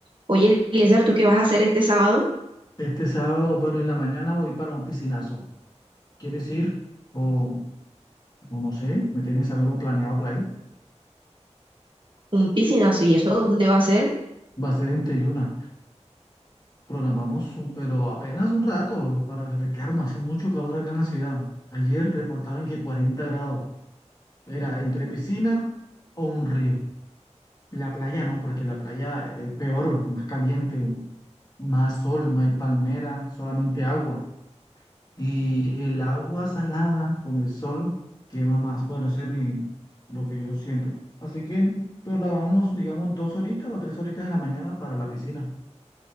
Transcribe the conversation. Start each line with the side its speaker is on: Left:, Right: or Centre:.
Right: Oye, Eliezer, ¿tú qué vas a hacer este sábado?
Left: Este sábado, bueno, en la mañana voy para un piscinazo. ¿Quieres ir? O, o no sé, ¿me tienes algo planeado por ahí?
Right: Un piscinazo, ¿y eso dónde va a ser?
Left: Va a ser en Teyuna. Programamos, un- pero apenas un rato para refrescarnos. Hace mucho calor acá en la ciudad. Ayer reportaron que 40 grados. Era entre piscina o un río. La playa no, porque la playa es peor, más caliente, más sol, no hay palmera, solamente agua. Y el agua salada con el sol quema más. Bueno, ese es mi, lo que yo siento. Así que, pero la vamos, digamos, dos horitas o tres horitas en la mañana para la piscina.